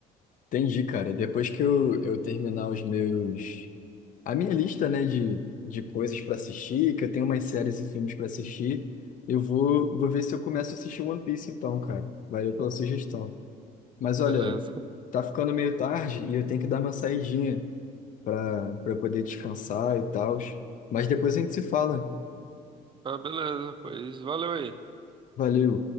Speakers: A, on the left; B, on the right.
A: Entendi, cara. Depois que eu, eu terminar os meus... A minha lista, né, de, de coisas pra assistir, que eu tenho umas séries e filmes pra assistir, eu vou, vou ver se eu começo a assistir One Piece então, cara. Valeu pela sugestão. Mas olha,
B: Beleza.
A: tá ficando meio tarde e eu tenho que dar uma saidinha para para poder descansar e tal. Mas depois a gente se fala.
B: Ah, beleza, pois valeu aí.
A: Valeu.